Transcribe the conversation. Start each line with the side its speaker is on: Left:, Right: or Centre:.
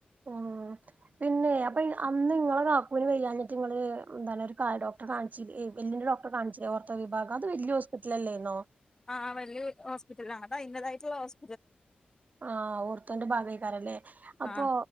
Right: മ് പിന്നെ അപ്പെ അന്ന് നിങ്ങളെ കാക്കൂന് വയ്യാഞ്ഞിട്ട് ങ്ങള് എന്താണ് ഒരു കാല് ഡോക്ടറേ കാണിച്ചു <unintelligible> എല്ലിൻ്റെ ഡോക്ടറേ കാണിച്ചിലേ ഓർത്തോ വിഭാഗം അത് വല്യ ഹോസ്പിറ്റലല്ലായിന്നോ
Left: ആഹ് വലിയ ഹോസ്പിറ്റലാണ് <unintelligible>
Right: ആ ഓർത്തോന്റെ ഭാഗയിക്കാരല്ലേ അപ്പൊ
Left: ആഹ്